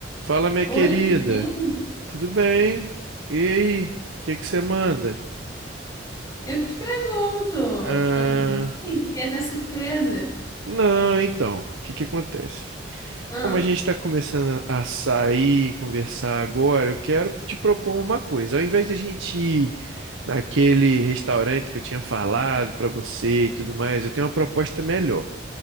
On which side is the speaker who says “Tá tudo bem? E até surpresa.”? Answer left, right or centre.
Left